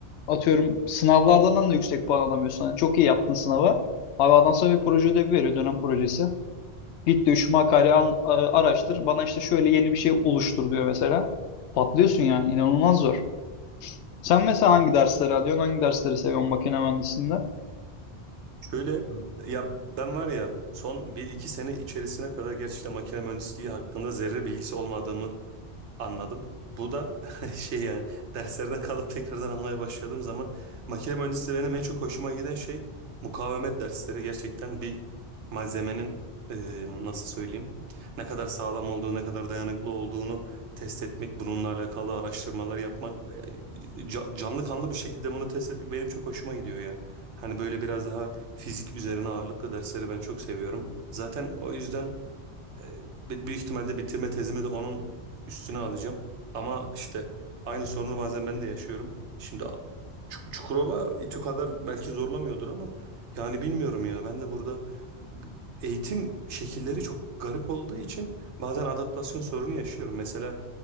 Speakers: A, on the left (about 80°); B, on the right (about 85°).
A: atıyorum sınavlardan da yüksek puan alamıyorsun. Hani çok iyi yaptın sınavı. Abi adam sonra bir proje ödevi veriyor dönem projesi. Git diyor şu makaleyi an- a- araştır. Bana işte şöyle yeni bir şey oluştur diyor mesela. Patlıyorsun yani inanılmaz zor. Sen mesela hangi dersleri alıyorsun? Hangi dersleri seviyorsun makine mühendisliğinde?
B: Şöyle ya ben var ya son bir iki sene içerisine kadar gerçekten makine mühendisliği hakkında zerre bilgisi olmadığımı Anladım. Bu da <laughs> şey yani derslerden kalıp tekrardan almaya başladığım zaman makine mühendisliği benim en çok hoşuma giden şey mukavemet dersleri. Gerçekten bir malzemenin e, nasıl söyleyeyim ne kadar sağlam olduğu ne kadar dayanıklı olduğunu test etmek bununla alakalı araştırmalar yapmak ve e, ca- canlı kanlı bir şekilde bunu test etmek benim çok hoşuma gidiyor ya. Hani böyle biraz daha fizik üzerine ağırlıklı dersleri ben çok seviyorum. Zaten o yüzden e, bi- büyük ihtimalle bitirme tezimi de onun üstüne alacağım. Ama işte aynı sorunu bazen ben de yaşıyorum. Şimdi a- Çuk- Çukurova İTÜ kadar belki zorlamıyordur ama yani bilmiyorum ya ben de burada eğitim şekilleri çok garip olduğu için bazen adaptasyon sorunu yaşıyorum. Mesela